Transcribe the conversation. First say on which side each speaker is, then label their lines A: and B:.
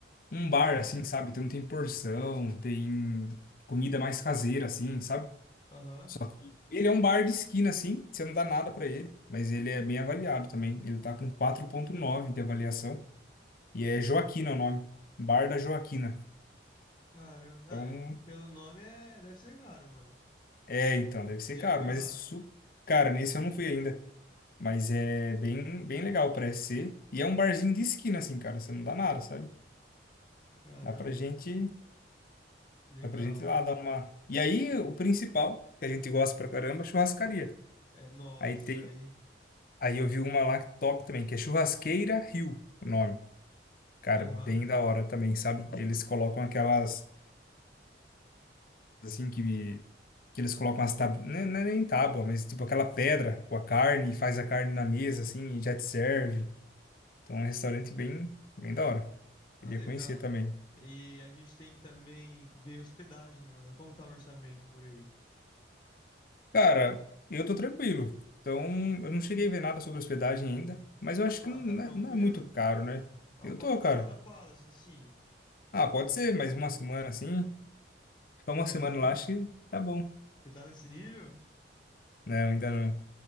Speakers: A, on the left; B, on the left.
A: um bar, assim, sabe? Então tem porção, tem comida mais caseira, assim, sabe?
B: Aham.
A: Só que ele é um bar de esquina, assim, você não dá nada pra ele, mas ele é bem avaliado também. Ele tá com quatro ponto nove de avaliação e é Joaquina o nome, Bar da Joaquina.
B: Caramba.
A: Então,
B: Ah, pelo nome é... deve ser caro, mano.
A: é, então, deve ser
B: Você já
A: caro,
B: foi
A: mas
B: lá?
A: isso, cara, nesse eu não fui ainda. Mas é bem, bem legal, parece ser. E é um barzinho de esquina, assim, cara. Você não dá nada, sabe?
B: Caramba.
A: Dá pra gente,
B: Legal.
A: dá pra gente ir lá dar uma. E aí, o principal, que a gente gosta pra caramba, é churrascaria.
B: É, nossa,
A: Aí tem,
B: aí.
A: aí eu vi uma lá que top também, que é Churrasqueira Rio, o nome. Cara,
B: Aham.
A: bem da hora também, sabe? Eles colocam aquelas assim que que eles colocam as tábuas, não é não é nem tábua, mas tipo aquela pedra com a carne e faz a carne na mesa assim e já te serve. Então é um restaurante bem, bem da hora.
B: Ah,
A: Queria
B: legal.
A: conhecer também.
B: E a gente tem que também ver hospedagem, mano. Como tá o orçamento por aí?
A: Cara, eu tô tranquilo. Então, eu não cheguei a ver nada sobre hospedagem ainda, mas eu acho
B: Ah,
A: que não
B: tá tranquilo?
A: é, não é muito caro, né?
B: Ah,
A: Eu
B: um Copacabana
A: tô, cara.
B: Palace, assim.
A: Ah, pode ser, mais uma semana assim. Ficar uma
B: Você
A: semana
B: é louco?
A: lá, acho que tá bom.
B: Você tá nesse nível? Você
A: Não, ainda não.